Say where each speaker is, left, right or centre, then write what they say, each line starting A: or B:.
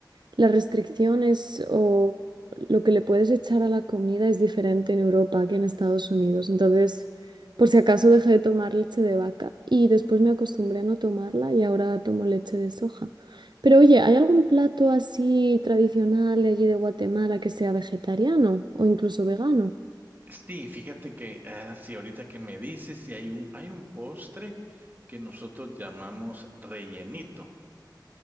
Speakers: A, on the right (about 70°); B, on the right (about 25°).
A: las restricciones o lo que le puedes echar a la comida es diferente en Europa que en Estados Unidos. Entonces, por si acaso dejé de tomar leche de vaca y después me acostumbré a no tomarla y ahora tomo leche de soja. Pero oye, ¿hay algún plato así tradicional de allí de Guatemala que sea vegetariano o incluso vegano?
B: Sí, fíjate que, ah, sí, ahorita que me dices, si hay un, hay un postre que nosotros llamamos rellenito.